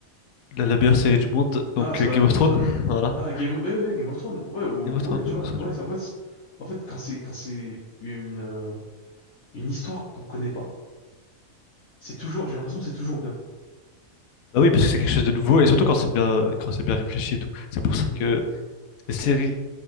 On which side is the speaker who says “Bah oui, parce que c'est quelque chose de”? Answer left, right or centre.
Left